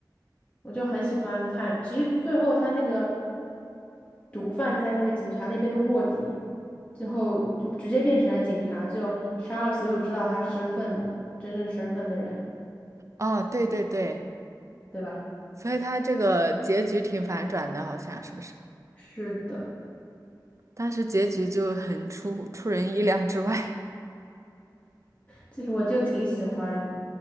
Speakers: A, on the left; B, on the right.
A: 我就很喜欢看。其实最后他那个毒贩在那个警察那边的卧底，最后就直接变成了警察，就杀了所有知道他身份真正身份的人，
B: 哦，对对对，
A: 对吧？
B: 所以他这个结局挺反转的，好像是不是？
A: 是的，
B: 当时结局就很出出人意料之外。<laughs>
A: 其实我就挺喜欢